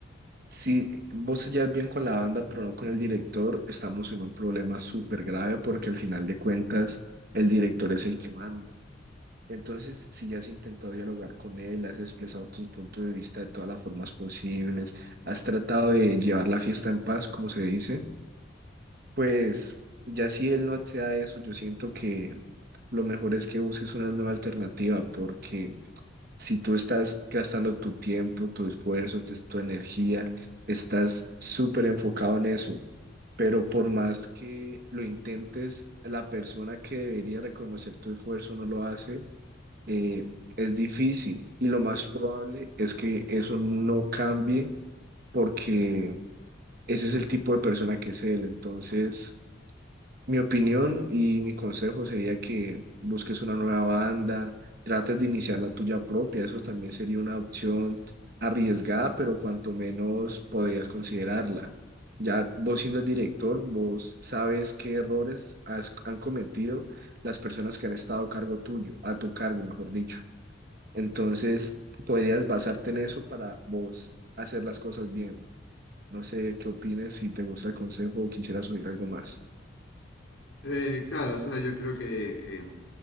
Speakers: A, on the right; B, on the left.
A: Si vos se llevas bien con la banda, pero no con el director, estamos en un problema súper grave porque al final de cuentas el director es el que manda. Entonces, si ya has intentado dialogar con él, has expresado tus puntos de vista de todas las formas posibles, has tratado de llevar la fiesta en paz, como se dice, pues ya si él no accede a eso, yo siento que lo mejor es que busques una nueva alternativa porque si tú estás gastando tu tiempo, tu esfuerzo, tu, tu energía, estás súper enfocado en eso, pero por más que lo intentes, la persona que debería reconocer tu esfuerzo no lo hace, eh, es difícil y lo más probable es que eso no cambie porque ese es el tipo de persona que es él. Entonces, mi opinión y mi consejo sería que busques una nueva banda, trates de iniciar la tuya propia, eso también sería una opción arriesgada, pero cuanto menos podrías considerarla. Ya vos siendo el director, vos sabes qué errores has- han cometido las personas que han estado a cargo tuyo, a tu cargo, mejor dicho. Entonces, podrías basarte en eso para vos hacer las cosas bien. No sé qué opinas, si te gusta el consejo o quisieras subir algo más.
B: Eh, claro, o sea, yo creo que em,